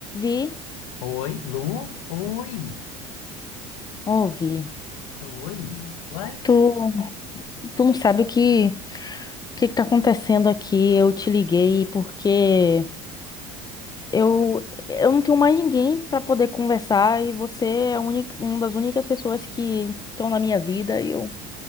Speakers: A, on the left; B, on the left.
A: Vi,
B: Oi, Lu? Oi!
A: ouvi.
B: Oi! Uai?
A: Tu, tu não sabe o que, o que que tá acontecendo aqui. Eu te liguei porque eu, eu não tenho mais ninguém pra poder conversar e você é a única, uma das únicas pessoas que estão na minha vida e eu,